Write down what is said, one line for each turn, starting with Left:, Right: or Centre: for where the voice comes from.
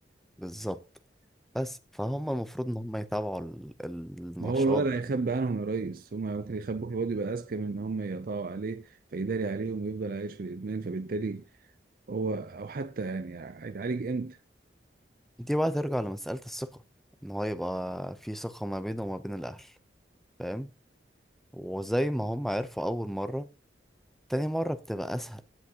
Centre: بالظبط بس فهم المفروض ان هم يتابعوا ال... النشاط
Right: ما هو الولد هيخبي عنهم يا ريس هما ممكن يخبوك الواد يبقى أذكى من إن هم يقطعوا عليه فيداري عليهم ويفضل عايش في الإدمان فبالتالي هو أو حتى يعني هيتعالج إمتى؟
Centre: دي بقى ترجع لمسألة الثقة ان هو يبقى في ثقة ما بينه وما بين الاهل فاهم وزي ما هم عرفوا اول مرة تاني مرة بتبقى أسهل